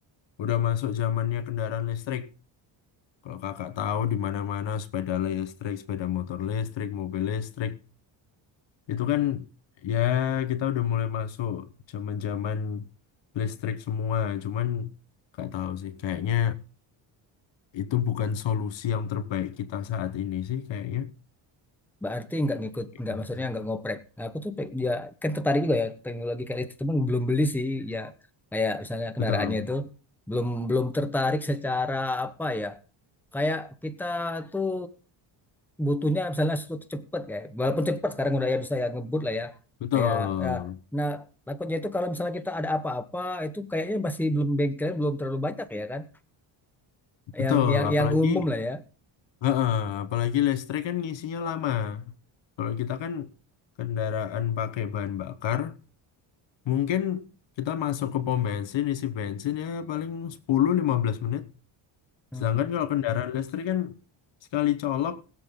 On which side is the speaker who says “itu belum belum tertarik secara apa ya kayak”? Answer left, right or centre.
Centre